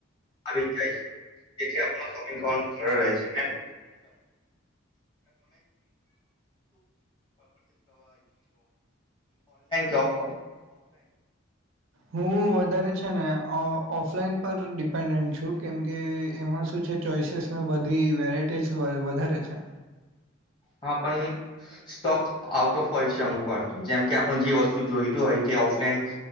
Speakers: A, on the left (about 20°); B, on the right (about 70°).
A: આવી જ જાય છે તેથી આપોપિંગ સરચ કરવાઈછનલા કેફ
B: હું વધારે છે ને ઓફલાઈન પર ડિપેન્ડન્ટ છું કેમકે એમાં શું છે ચોઈસીસ બધી વેરાયટીસ વધારે છે
A: હા પણ સ્ટોક આઉટ ઓફ હોય છે અમુક વાર તો જેમ કે આપણ જે વસ્તુ જોઈતું હોય તે ઓફલાઈન